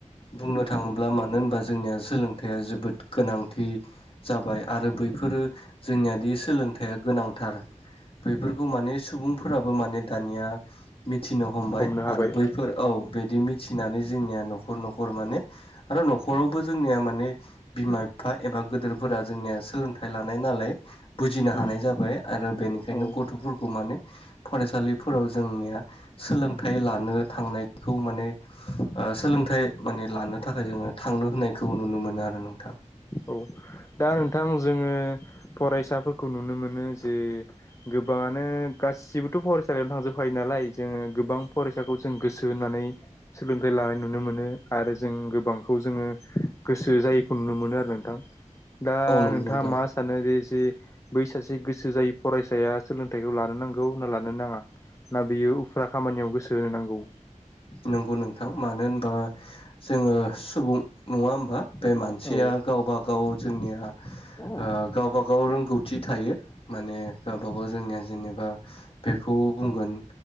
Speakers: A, on the left; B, on the left.
A: बुंनो थाङो- ब्ला मानो होनबा जोंनिया सोलोंथाइया जोबोद गोनांथि जाबाय आरो बैफोरो जोंनियादि सोलोंथाइया गोनांथार बेफोरखौ माने सुबुंफोराबो माने दानिया मि- थिनो हमबाय
B: हमनो हाबाय
A: आरो बैफोर औ बिदि मिथिनानै जोंनिया न'- नखर न'खर माने आरो न'खरावबो जोंनिया माने बिमा बिफा एबा गोदोरफोरा जोंनिया सोलोंथाइ लानाय नालाय बुजिनो
B: उम
A: हानाय जाबाय आरो बेनिखायनो
B: औ
A: गथ'फोरखौ माने फरायसालिफोराव जोंनिया सोलोंथाइ लानो थांनाय खौ माने सोलोंथाइ माने लानो थाखाय जोङो थांनो होनायखौ नुनो मोनो आरो। नोंथां
B: औ दा नोंथां जोङो फरायसा फोर खौ नुनो मोनो जे गोबाङानो गासिबोथ' फरायसालियावनो थांजोबखायो नालाय जोङो गोबां फरायसाखौ जों गोसो होनानै सोलोंथाइ लानाय नु- नो मोनो आरो जों गोबांखौ जोङो गोसो जायैखौ नुनो मोनो आरो नोंथां दा
A: औ नंगौ
B: नोंथाङा
A: नोंथां
B: मा सानो जे जे बै सासे गोसो जायै फरायसाया सोलोंथाइखौ लानो नांगौ ना लानो नाङा? ना बियो उफुर्रा खामानियाव गोसो होनो नांगौ।
A: नंगौ नोंथां मानो होनबा जोङो सुबुं नङा होमबा? बे मानसिया
B: औ
A: गावबा गाव जोंनिया
B: औ
A: ओ गावबा गाव रोंगौथि थायो माने गावबा गाव जोंनिया जेनेबा बेखौ बुंगोन